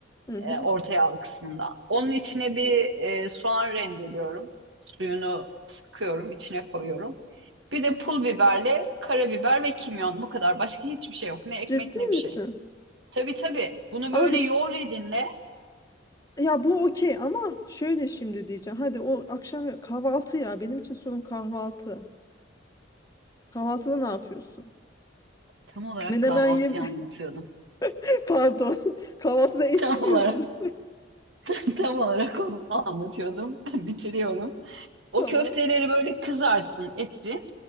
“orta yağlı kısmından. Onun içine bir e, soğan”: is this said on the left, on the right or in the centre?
Right